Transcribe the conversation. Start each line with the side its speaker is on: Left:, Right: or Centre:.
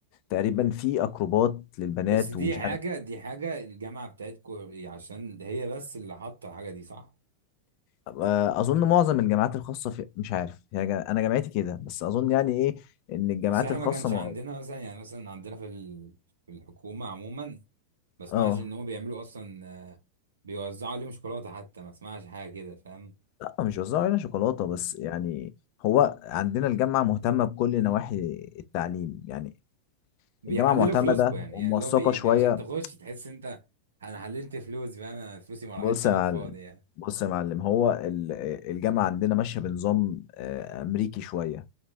Left: تقريبا في اكروبات للبنات
Right: بس دي
Left: ومش
Right: حاجة
Left: عارف
Right: دي حاجة الجامعة بتاعتكو عشان هي بس اللي حاطة الحاجة دي صح؟
Left: آه، اظن معظم الجامعات الخاصه في مش عارف هي جا- انا جامعتي كده بس اظن يعني ايه ان الجامعات
Right: أصل إحنا
Left: الخاصه
Right: ما كانش
Left: مع-
Right: عندنا مثلا يعني مثلا عندنا في ال- في الحكومة عموما ما اسمعش
Left: اه
Right: إن هما بيعملوا أصلا آه، بيوزعوا عليهم شوكولاتة حتى ما اسمعش حاجة كده فاهم؟
Left: لا مش وزعوا علينا شوكولاتة بس يعني هو عندنا الجامعة مهتمة بكل نواحي التعليم يعني
Right: بيحللوا
Left: الجامعة معتمدة
Right: فلوسكو يعني
Left: وموثقة
Right: يعني اللي هو بي...
Left: شوية
Right: بي- عشان تخش تحس أنت أنا حللت فلوس فاهم؟ أنا فلوسي ما راحتش
Left: بص
Right: على
Left: يا معلم
Right: الفاضي يعني.
Left: بص يا معلم هو ال- الجامعة عندنا ماشية بنظام آه، أمريكي شوية